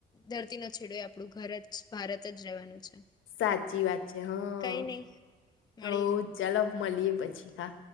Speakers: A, on the left (about 20°); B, on the left (about 80°).
A: ધરતી નો છેડો આપણું ઘર જ ભારત જ રહેવાનું છે
B: સાચી વાત છે હા
A: કઈ નહી મળીએ
B: હો ચાલો મળીએ પછી હા